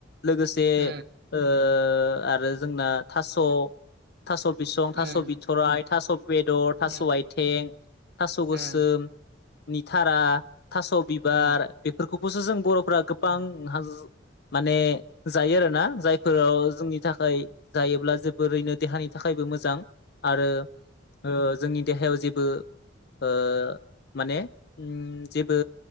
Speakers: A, on the left; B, on the right.
A: लोगोसे
B: उम
A: ओ ओ आरो जोंना थास' थास' बिसं
B: उम
A: थास बिथ'राइ, थास' बेदर, थास'
B: उम उम
A: आथि, थास' गोसोम
B: उम
A: नि थारा थास' बिबार
B: उम
A: बेफोरखौबोसो जों बर'फ्रा गोबां ओं हाज माने जायो आरोना जायफोराव जोंनि थाखाय जायोब्ला जोबोरैनो देहानि थाखायबो मोजां आरो ओ जोंनि देहायाव जेबो ओ माने ओम जेबो